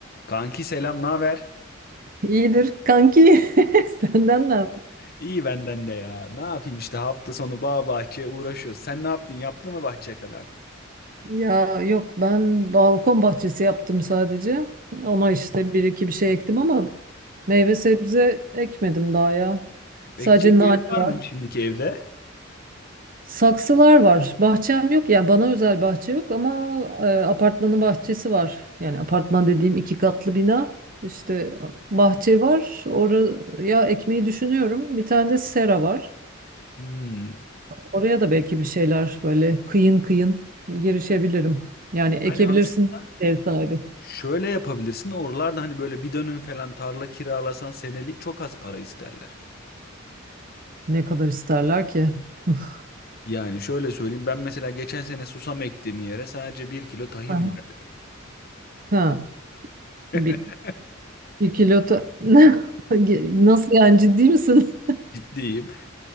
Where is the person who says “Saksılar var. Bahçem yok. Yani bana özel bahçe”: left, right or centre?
Right